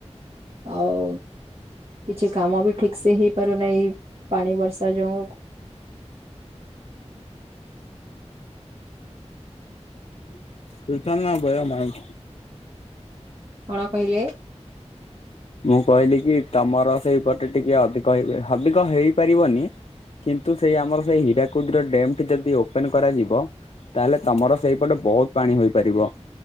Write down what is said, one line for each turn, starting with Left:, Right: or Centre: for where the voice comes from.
Right: ଆଉ କିଛି କାମ ବି ଠିକ ସେ ହେଇପାରୁନାହିଁ ପାଣି ବର୍ଷା ଯୋଗଁ। ହୁଁ
Left: ତୁଇସ ନା ଭୟ ମାଈ
Right: କଣ କହିଲେ?
Left: ମୁଁ କହିଲି କି ତମର ସେଇପଟେ ଟିକେ ଅଧିକ ହେ ଅଧିକ ହେଇପାରିବନି। କିନ୍ତୁ ସେଇ ଆମର ସେଇ ହୀରାକୁଦ ଡ୍ୟାମ ଯଦି ଓପନ କରାଯିବ ତାହେଲେ ତମର ସେଇପଟେ ବହୁତ ପାଣି ହୋଇପାରିବ।